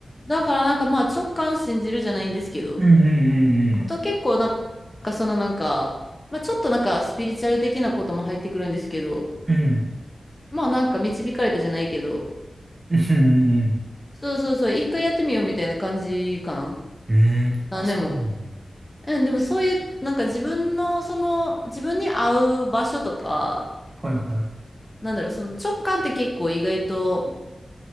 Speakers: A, on the left; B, on the right.
A: だからなんかまあ直感信じるじゃないんですけど、
B: うんうんうん
A: あと結構なんかそのなんか、まあ、ちょっとなんかスピリチュアル的なことも入ってくるんですけど、
B: うん。
A: まあなんか導かれたじゃないけど、
B: うん。うんうん
A: そうそうそう、一回やってみようみたいな感じかな。
B: うん。<laughs> うん。
A: あ、
B: あ、
A: でも、
B: そうなの。
A: うん、でもそういうなんか自分のその自分に合う場所とか、
B: はいはい。
A: なんだろう、その直感って結構意外と